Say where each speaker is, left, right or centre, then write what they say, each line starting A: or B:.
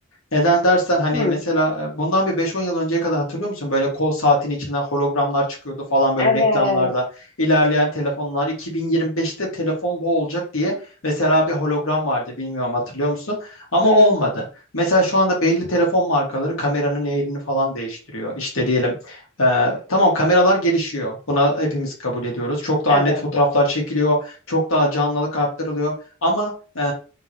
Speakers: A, on the left; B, on the left.
A: Neden dersen hani
B: Hı,
A: mesela e, bundan bir beş on yıl önceye kadar hatırlıyor musun? Böyle kol saatin içinden hologramlar çıkıyordu falan böyle
B: evet.
A: reklamlarda. İlerleyen telefonlar 2025'te telefon bu olacak diye mesela bir hologram vardı bilmiyorum hatırlıyor musun? Ama
B: Hı,
A: olmadı. Mesela şu anda belli telefon markaları kameranın yerini falan değiştiriyor. İşte diyelim ee, tamam kameralar gelişiyor. Buna hepimiz kabul ediyoruz. Çok daha
B: evet.
A: net fotoğraflar çekiliyor. Çok daha canlılık arttırılıyor. Ama e,